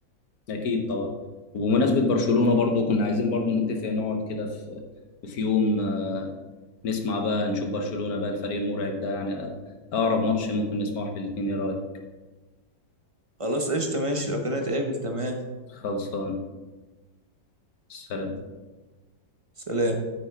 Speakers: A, on the left; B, on the right.
A: اكيد طبعا وبمناسبه برشلونه برضو كنا عايزين برضو نتفق نقعد كده في في يوم آه، نسمع بقى نشوف برشلونه بقى الفريق المرعب ده يعني آه، اقرب ماتش ممكن نسمعه احنا الاثنين ايه رايك
B: خلاص قشطه ماشي لو كانت قابل تمام
A: خلصان سلام
B: سلام